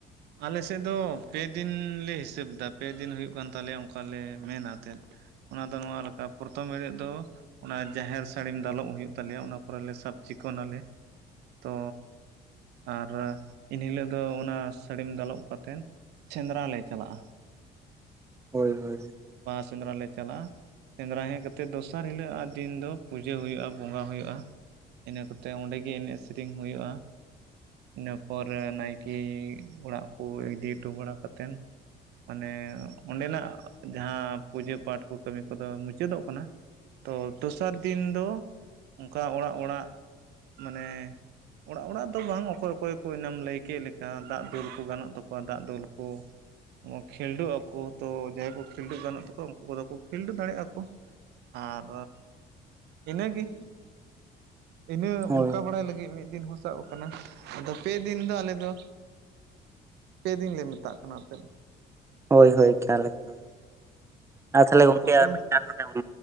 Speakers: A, on the right (about 80°); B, on the right (about 15°).
A: ᱟᱞᱮ ᱥᱮᱫ ᱫᱚ ᱯᱮ ᱫᱤᱱ ᱞᱮ ᱦᱤᱥᱟᱹᱵᱽ ᱫᱟ, ᱯᱮ ᱫᱤᱱ ᱦᱩᱭᱩᱜ ᱠᱟᱱ ᱛᱟᱞᱮᱭᱟ ᱚᱱ ᱚᱠᱟᱞᱮ ᱢᱮᱱᱟᱛᱮᱫ ᱚᱱᱟ ᱫᱚ ᱱᱚᱣᱟ ᱞᱮᱠᱟ ᱯᱨᱚᱛᱷᱚᱢ ᱦᱤᱞᱳᱜ ᱫᱚ ᱚᱱᱟ ᱡᱟᱦᱮᱨ ᱥᱟᱹᱲᱤᱢ ᱫᱟᱞᱚᱵ ᱦᱩᱭᱩᱜ ᱛᱟᱞᱮᱭᱟ ᱚᱱᱟ ᱠᱚᱨᱮᱞᱮ ᱥᱟᱵ ᱪᱤᱠᱚᱱᱟᱞᱮ, ᱛᱚ ᱟᱨ ᱮᱱᱦᱤᱞᱚᱜ ᱫᱚ ᱚᱱᱟ ᱥᱟᱹᱲᱤᱢ ᱫᱟᱞᱚᱵ ᱠᱟᱛᱮᱫ ᱥᱮᱸᱫᱽᱨᱟ ᱞᱮ ᱪᱟᱞᱟᱜ-ᱟ᱾
B: ᱦᱳᱭ ᱦᱳᱭ
A: ᱵᱟᱦᱟ ᱥᱮᱸᱫᱽᱨᱟ ᱞᱮ ᱪᱟᱞᱟᱜ-ᱟ, ᱥᱮᱸᱫᱽᱨᱟ ᱦᱮᱡ ᱠᱟᱛᱮᱫ ᱫᱚᱥᱟᱨ ᱦᱤᱞᱳᱜ ᱟᱜ ᱫᱤᱱ ᱫᱚ ᱯᱩᱡᱟᱹ ᱦᱩᱭᱩᱜ-ᱟ ᱵᱚᱸᱜᱟ ᱦᱩᱭᱩᱜ-ᱟ᱾ ᱤᱱᱟᱹ ᱠᱚᱛᱮ ᱚᱸᱰᱮ ᱜᱮ ᱮᱱᱮᱡ ᱥᱮᱨᱮᱧ ᱦᱩᱭᱩᱜ-ᱟ᱾ ᱤᱱᱟᱹ ᱯᱚᱨᱮ ᱱᱟᱭᱠᱮ ᱚᱲᱟᱜ ᱠᱚ ᱤᱫᱤ ᱚᱴᱚ ᱵᱟᱲᱟ ᱠᱟᱛᱮᱱ ᱢᱟᱱᱮ ᱚᱸᱰᱮᱱᱟᱜ ᱡᱟᱦᱟᱸ ᱯᱩᱡᱟᱹ ᱯᱟᱴ ᱠᱚ ᱠᱟᱹᱢᱤ ᱠᱚᱫᱚ ᱢᱩᱪᱟᱹᱫᱚᱜ ᱠᱟᱱᱟ᱾ ᱛᱚ ᱫᱚᱥᱟᱨ ᱫᱤᱱ ᱫᱚ ᱚᱱᱠᱟ ᱚᱲᱟᱜ ᱚᱲᱟᱜ ᱢᱟᱱᱮ ᱚᱲᱟᱜ ᱚᱲᱟᱜ ᱫᱚ ᱵᱟᱝ ᱚᱠᱚᱭ ᱚᱠᱚᱭ ᱠᱚ ᱮᱱᱟᱢ ᱞᱟᱹᱭ ᱠᱮᱫ ᱞᱮᱠᱟ ᱫᱟᱜ ᱫᱩᱞ ᱠᱚ ᱜᱟᱱᱚᱜ ᱛᱟᱠᱚᱣᱟ ᱫᱟᱜ ᱫᱩᱞ ᱠᱚ ᱠᱷᱤᱞᱰᱩᱜ ᱟᱠᱚ ᱛᱚ ᱡᱟᱦᱟᱸᱭ ᱠᱚ ᱠᱷᱤᱞᱰᱩ ᱜᱟᱱᱚᱜ ᱛᱟᱠᱚᱣᱟ ᱩᱱᱠᱩ ᱠᱚᱫᱚ ᱠᱚ ᱠᱷᱤᱞᱰᱩ ᱫᱟᱲᱮᱜ ᱟᱠᱚ, ᱟᱨ ᱤᱱᱟᱹᱜᱮ, ᱤᱱᱟᱹ
B: ᱦᱳᱭ
A: ᱚᱱᱠᱟ ᱵᱟᱲᱟᱭ ᱞᱟᱹᱜᱤᱫ ᱢᱤᱫ ᱫᱤᱱ ᱦᱚᱸ ᱥᱟᱵ ᱟᱠᱟᱱᱟ ᱟᱫᱚ ᱯᱮᱫᱤᱱ ᱫᱚ ᱟᱞᱮ ᱫᱚ, ᱯᱮᱫᱤᱱ ᱞᱮ ᱢᱮᱛᱟᱜ ᱠᱟᱱᱟ ᱮᱱᱛᱮᱫ᱾
B: ᱦᱳᱭ ᱦᱳᱭ ᱮᱠᱟᱞ ᱮᱠᱟᱞ ᱟ ᱛᱷᱟᱞᱮ ᱜᱚᱝᱠᱮ
A: ᱯᱨᱚᱛᱷᱚᱢ
B: ᱟᱨ ᱢᱤᱜᱴᱟᱱ ᱱᱚᱰᱮ ᱩᱸ